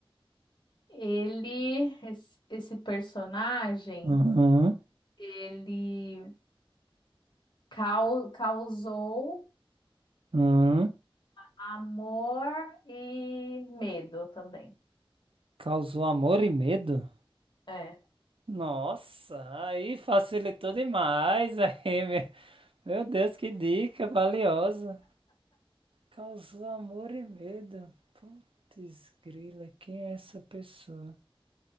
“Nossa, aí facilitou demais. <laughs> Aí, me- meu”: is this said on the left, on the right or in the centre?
Right